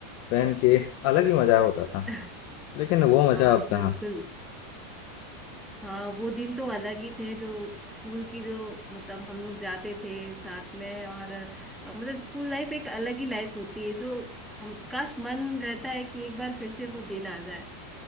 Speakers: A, on the left (about 55°); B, in the centre.
A: पहन के अलग ही मजा होता था
B: <laughs>
A: लेकिन वो मजा
B: हाँ
A: अब
B: बिल्कुल
A: कहाँ
B: हाँ वो दिन तो अलग ही थे जो स्कूल की जो मतलब हम लोग जाते थे साथ में और अ, मतलब स्कूल लाइफ एक अलग ही लाइफ होती है जो हम काश मन रहता है कि एक बार फिर से वो दिन आ जाए